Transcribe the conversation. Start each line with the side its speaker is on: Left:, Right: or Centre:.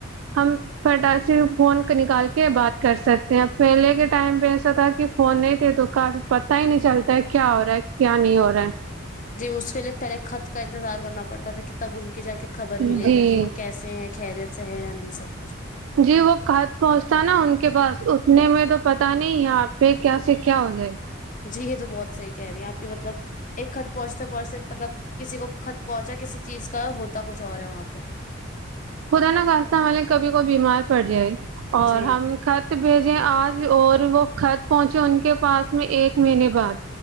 Right: ہم فٹاک سے فون نکال کے بات کر سکتے ہیں پہلے کے ٹائم پہ ایسا تھا کہ فون نہیں تھے تو کا پتا ہی نہیں چلتا کیا ہو رہا ہے کیا نہیں ہو رہا
Left: جی اس کے لیے پہلے خط کا انتظار کرنا پڑتا تھا کہ تب ان کی جا کے خبر
Right: ہے
Left: ملے
Right: جی
Left: گی کہ وہ کیسے ہیں خریت سے یا نہیں سب کچھ
Right: جی وہ خط پہنچتانا ان کے پاس اتنے میں تو پتا نہیں ہے آپ پہ کیا سے کیا ہو جائے
Left: جی یہ تو بہت صحیح کہہ رہی ہیں آپ بھی مطلب ایک خت پہنچتے پہنچتے مطلب کسی کو خط پہنچا کسی چیز کا ہوتا کچھ اور ہے وہاں پہ
Right: خدا نا خاستہ ہمے کبھی کویی بیمار پڑ جائے اور
Left: جی
Right: ہم خط بھیجے آج اور وہ خط پہنچے ان کے پاس میں ایک مہینے بعد